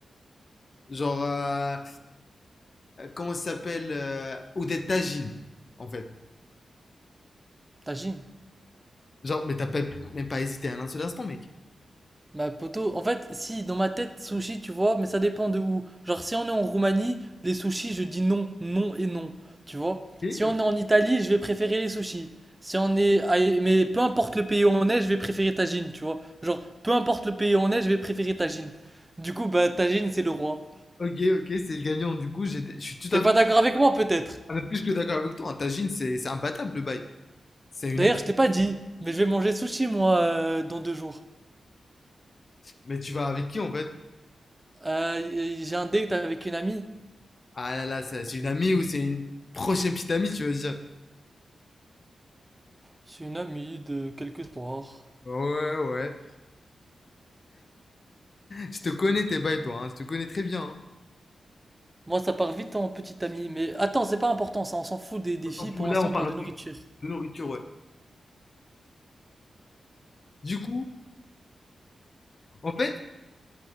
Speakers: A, on the left; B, on the right.
A: genre, euh, euh, comment ça s'appelle euh, Ou des tagines, en fait.
B: Tagine.
A: Genre, mais t'as pas- même pas hésité un seul instant, mec.
B: Bah, poto, en fait, si, dans ma tête, sushi, tu vois, mais ça dépend de où. Genre, si on est en Roumanie, les sushis, je dis non, non et non. Tu vois?
A: Ok,
B: Si
A: euh,
B: on est en Italie, je vais préférer les sushis. Si on est, à- mais peu importe le pays où on est, je vais préférer tagine, tu vois. Genre, peu importe le pays où on est, je vais préférer tagine. Du coup, bah, tagine, c'est le roi.
A: ok, ok, c'est le gagnant. Du coup, j'étais- je suis tout
B: T'es
A: à
B: pas
A: fait
B: d'accord avec moi, peut-être?
A: un peu plus que d'accord avec toi. Un tagine, c'est c'est imbattable le bail. C'est une.
B: D'ailleurs, je t'ai pas dit, mais je vais manger sushi, moi, euh, dans deux jours.
A: Mais tu vas avec qui en fait?
B: Euh, j'ai un date avec une amie.
A: Ah là là, c'est c'est une amie ou c'est une prochaine petite amie, tu veux dire?
B: C'est une amie de quelques soirs.
A: Ouais, ouais. Je te connais tes bails, toi, hein, Je te connais très bien. hein.
B: Moi, ça part vite en petite amie. Mais attends, c'est pas important, ça, on s'en fout des, des filles.
A: On s'en fout,
B: Pour l'instant,
A: Là, on parle
B: on parle de nourriture.
A: de, de nourriture, ouais. Du coup, en fait,